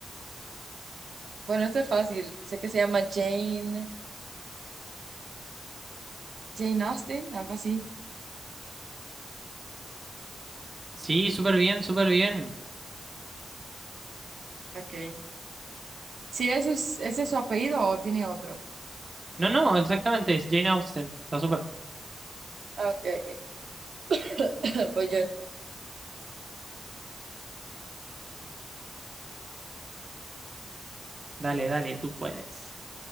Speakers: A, on the right (about 75°); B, on the right (about 35°).
A: Bueno, este es fácil. Sé que se llama Jane, Jane Austen, algo así.
B: Sí, súper bien, súper bien.
A: Ok. Sí, ese es, ese es su apellido o tiene otro.
B: No, no, exactamente, es Jane Austen. Está súper.
A: Ah, Ok, ok. <coughs> <clears throat> Voy yo entonces.
B: Dale, dale, tú puedes.